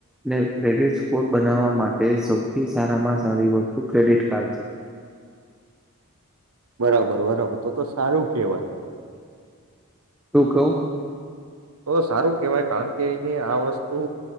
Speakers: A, in the centre; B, on the right.
A: ને ક્રેડિટ સ્કોર બનાવવા માટે સૌથી સારામાં સારી વસ્તુ ક્રેડિટ કાર્ડ છે.
B: બરાબર બરાબર તો તો સારું કેહવાય.
A: રૂકવ
B: તો સારું કેહવાય, કાળ કે જે આ વસ્તુ